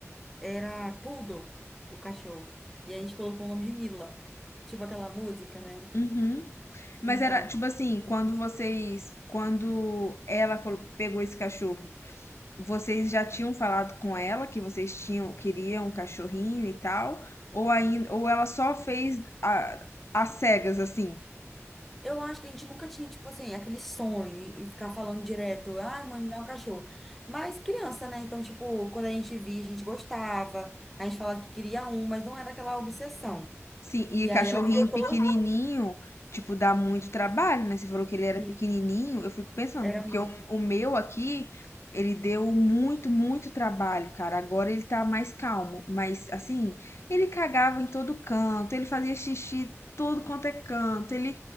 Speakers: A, in the centre; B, on the left (about 60°).
A: era poodle, o cachorro. E a gente colocou o nome de Mila. Tipo aquela música, né?
B: Uhum. Mas
A: Então,
B: era tipo assim, quando vocês, quando ela colo- pegou esse cachorro, vocês já tinham falado com ela que vocês tinham queriam um cachorrinho e tal, ou ainda, ou ela só fez a, às cegas assim?
A: Eu acho que a gente nunca tinha, tipo assim, aquele sonho e e ficar falando direto, ah, mãe, me dá um cachorro. Mas criança, né? Então, tipo, quando a gente via, a gente gostava, a gente falava que queria um, mas não era aquela obsessão.
B: Sim, e
A: E
B: cachorrinho
A: aí ela criou toda
B: pequenininho, tipo, dá muito trabalho, né? Você falou que ele era
A: assim.
B: pequenininho, eu fico pensando,
A: Era
B: porque
A: muito.
B: o, o meu aqui, ele deu muito, muito trabalho, cara. Agora ele tá mais calmo, mas assim, ele cagava em todo canto, ele fazia xixi todo quanto é canto, ele,